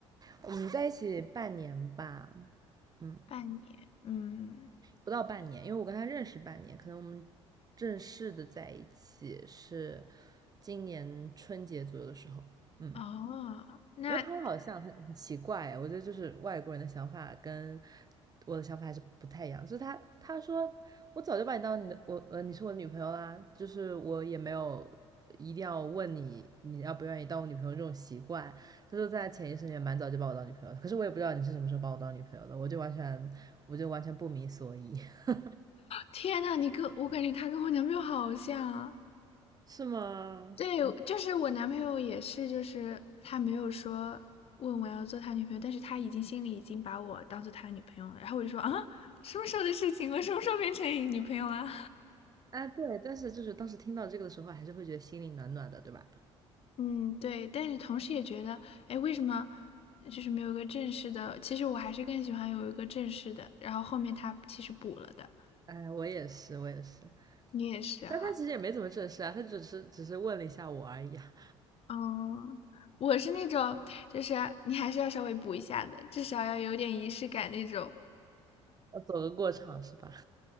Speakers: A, on the right; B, on the left.
A: 我们在一起半年吧，嗯，
B: 半年。嗯，
A: 不到半年，因为我跟他认识半年，可能我们正式的在一起是今年春节左右的时候，嗯，
B: 哦，那他，
A: 因为他们好像很很奇怪哎我觉得就是外国人的想法跟我的想法还是不太一样。就是他他说我早就把你当你的我呃你是我的女朋友啦，就是我也没有一定要问你你要不愿意当我女朋友这种习惯。他说在潜意识里面蛮早就把我当女朋友的，可是我也不知道你是什么时候把我当女朋友的，我就完全我就完全不明所以。<laughs>
B: 天呐，你跟我感觉他跟我男朋友好像啊。
A: 是吗？
B: 对，就是我男朋友也是，就是他没有说问我要做他女朋友，但是他已经心里已经把我当做他女朋友了。然后我就说啊，什么时候的事情？我什么时候变成你女朋友了？<laughs>
A: 啊，对，但是就是当时听到这个的时候，还是会觉得心里暖暖的，对吧？
B: 嗯，对。但是同时也觉得，哎，为什么就是没有一个正式的？其实我还是更喜欢有一个正式的。然后后面他其实补了的，
A: 哎，我也是，我也是。
B: 你也是哈。
A: 但他其实也没怎么正式啊，他只是只是问了一下我而已啊，
B: 嗯，我是那种，就是你还是要稍微补一下的，至少要有点仪式感那种。
A: 要走个过场是吧？